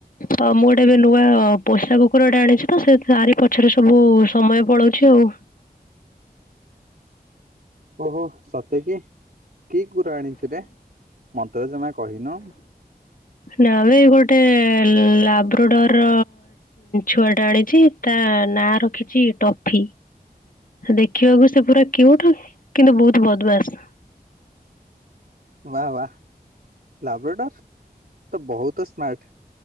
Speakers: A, on the left; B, on the right.
A: ହଁ। ମୁଁ ଗୋଟେ ଏବେ ନୂଆ ପୋଷା କୁକୁର ଗଟେ ଆଣିଛି ତ ସେ ତରି ପଛରେ ସବୁ ସମୟ ପଳଉଛି ଆଉ।
B: ଓହୋ ସତେ କି। କି କୁକୁର ଆଣିଚୁ ରେ? ମନ୍ତରେ ଜମା କହିନ?
A: ନା ବେ ଗୋଟେ ଲାବ୍ରୋଡର ଛୁଆଟା ଆଣିଛି ତା ନାଁ ରଖିଛି ଟଫି ଦେଖିବାକୁ ସେ ପୁରା କିଉଟୁ, କିନ୍ତୁ ବହୁତ ବଦମାସ୍।
B: ବା ବା ଲାବରେଟର ତ ବହୁତ ସ୍ମାର୍ଟ।